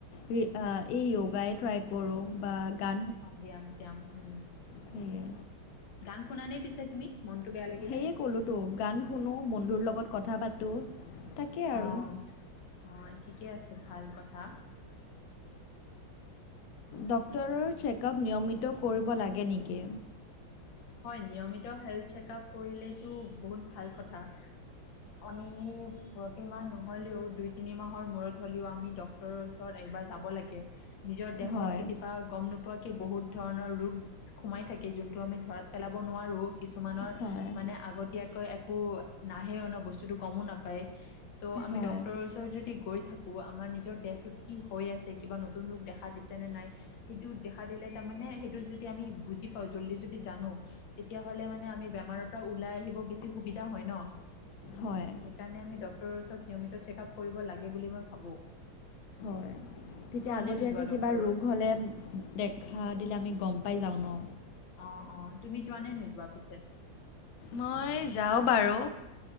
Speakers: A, on the left; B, on the left.
A: ই যগায়ে ট্ৰাই কৰো বা গা
B: অ, ব্যায়াম-চ্যায়াম, উম,
A: সেয়ে
B: গান শুনানে পিছে তুমি? মনটো বেয়া লাগিলে
A: সেইয়ে ক'লো তো, গান শুনো, বন্ধুৰ লগত কথা পাতো। তাকে আৰু
B: অঁ অঁ ঠিকে আছে ভাল কথা
A: ডক্তৰৰ চেকআপ নিয়মিত কৰিব লাগে নেকি
B: হয় নিয়মিত হেল্থ চেক আপ কৰিলেতো বহুত ভাল কথা আমি প্ৰতিমাহ নহলেও দুই তিনি মাহৰ মূৰত হ'লেও আমি ডক্তৰৰ ওচৰত এক বাৰ যাব লাগে নিজৰ দেহত
A: হয়
B: কেতিয়াবা গম নোপোৱাকৈ বহুত ধৰণৰ ৰোগ সোমাই থাকে যোনটো আমি ধৰাত পেলাব নোৱাৰোঁ কিছুমানৰ
A: হয়
B: মানে আগতীয়াকৈ এক একো নাহে অ বস্তুটো গমো নাপায় ত' আমি
A: হয়
B: ডক্তৰৰ ওচৰত যদি গৈ থাকো আমাৰ নিজৰ দেহটোত কি হৈ আছে কিবা নতুন ৰোগ দেখা দিছে নে নাই সেইটো দেখা দিলে তাৰমানে সেইটো যদি আমি বুজি পাওঁ জল্দি যদি জানো তেতিয়াহলে মানে আমি বেমাৰৰ পৰা ওলাই আহিব বেছি সুবিধা হয় ন
A: হয়
B: সেইকাৰণে আমি ডক্তৰৰ ওচৰত নিয়মিত চেক আপ কৰিব লাগে বুলি মই ভাবো
A: <inaudible> তেতিয়া আগতীয়াকৈ
B: নে নোযোৱা ডক্তৰৰ
A: কিবা ৰোগ হ'লে দেখা দিলে আমি গম পাই যাওঁ ন
B: অ অ তুমি যোৱা নে নোযোৱা পিছে
A: মই যাওঁ বাৰু